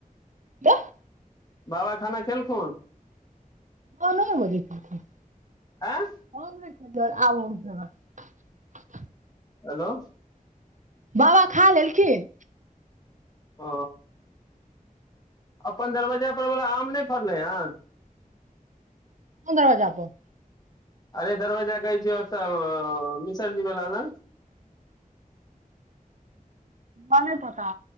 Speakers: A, on the right (about 60°); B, on the left (about 25°).
A: तऽ <inaudible>
B: बाबा खाना खेलखुन
A: हँ नये बजे खेलखिन
B: आँय
A: हम ने आब हम खेबैय
B: हेलो
A: बाबा खा लेलखिन
B: ओ अपन दरवज्जा परवला आम नहि फड़लै हन
A: पन्द्रह हजार पे <unintelligible>
B: अरे दरवाजा कहै छिये ओतऽ मिसरजी बला लग
A: हमरा नइ पता